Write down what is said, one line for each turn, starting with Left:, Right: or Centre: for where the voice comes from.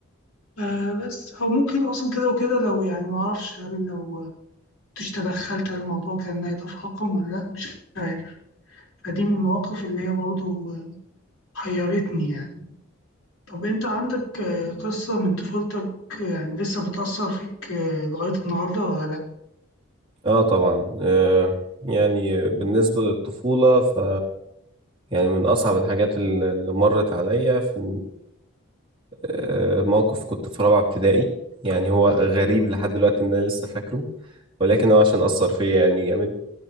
Left: آه، بس أو ممكن أصلا كده وكده لو يعني ما أعرفش هل لو كنتش تدخلت هل الموضوع كان هيتفاقم ولا لأ مش عارف فدي من المواقف اللي هي برضه حيرتني يعني طب أنت عندك آه، قصة من طفولتك آه، يعني لسه بتأثر فيك آه، لغاية النهاردة ولا لأ؟
Right: اه طبعا آه، يعني بالنسبة للطفولة ف يعني من أصعب الحاجات اللي اللي مرت عليا في آه، موقف كنت في رابعة ابتدائي يعني هو غريب لحد دلوقتي إن أنا لسه فاكره ولكن هو عشان أثر فيا يعني جامد